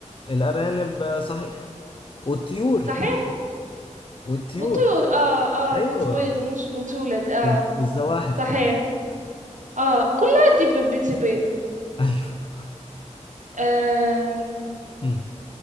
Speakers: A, on the left; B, on the right.
A: الأرانب آه، صحيح والطيور
B: صحيح
A: والطيور
B: والطيور اه
A: ايوه
B: اه بتبيض ومش بتولد اه
A: والز- والزواحف
B: صحيح
A: كمان
B: اه كلها دي ب- بتبيض
A: ايوه <laughs>
B: آم،
A: هم.